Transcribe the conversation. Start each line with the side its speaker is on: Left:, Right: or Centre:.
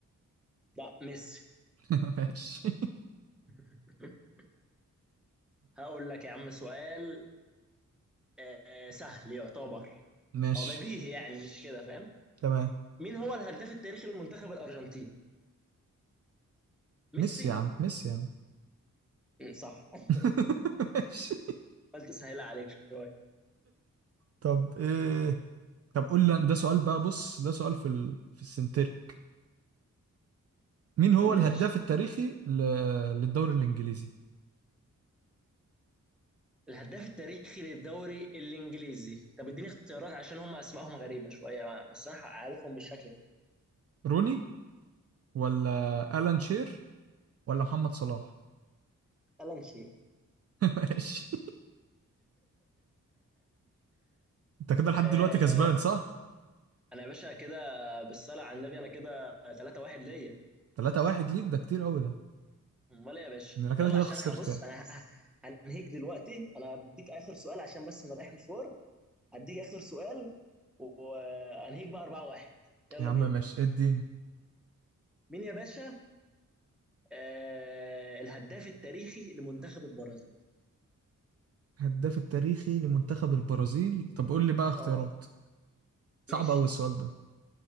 Centre: لا ميسي
Right: <laughs> ماشي
Centre: <laughs> هقول لك يا عم سؤال آه، سهل يعتبر
Right: ماشي
Centre: هو بديهي يعني مش كده فاهم
Right: تمام
Centre: مين هو الهداف التاريخي لمنتخب الأرجنتين ميسي
Right: ميسي يا عم ميسي يا عم
Centre: مم، صح <laughs>
Right: <laughs> ماشي
Centre: قلت سهل عليك شوية
Right: طب ايه طب قول لي ده سؤال بقى بص ده سؤال في ال... في السنتر مين هو
Centre: قول
Right: الهداف
Centre: يا باشا
Right: التاريخي ل... للدوري الانجليزي
Centre: الهداف التاريخي للدوري الإنجليزي طب اديني اختيارات عشان هم أسمائهم غريبة شوية بس أنا عارفهم بالشكل كده
Right: روني ولا الان شير ولا محمد صلاح
Centre: يلا نشيل
Right: <laughs> ماشي انت كده لحد
Centre: آه
Right: دلوقتي كسبان صح
Centre: انا يا باشا كده بالصلاه على النبي انا كده 3 1 ليا
Right: 3 1 ليك ده كتير قوي ده
Centre: امال ايه يا باشا
Right: انا كده
Centre: يلا
Right: كده
Centre: عشان
Right: خسرت
Centre: هبص
Right: يعني.
Centre: انا ه- ه- هنهيك دلوقتي انا هديك اخر سؤال عشان بس انا رايح مشوار هديك اخر سؤال وهنهيك بقى 4 1 يلا
Right: يا عم
Centre: بينا
Right: ماشي اديني
Centre: مين يا باشا آه الهداف التاريخي لمنتخب البرازيل
Right: الهداف التاريخي لمنتخب البرازيل طب قول لي بقى اختيارات
Centre: اه
Right: صعب
Centre: ماشي
Right: قوي السؤال ده